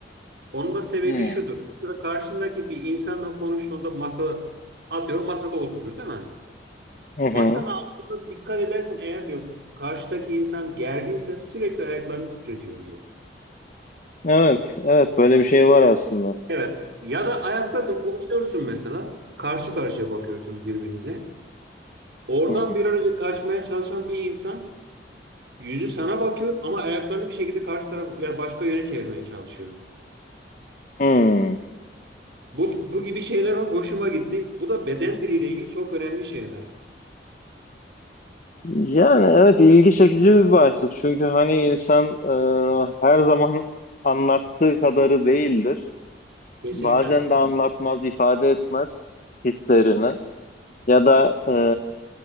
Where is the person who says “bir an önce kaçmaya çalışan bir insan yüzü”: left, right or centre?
Right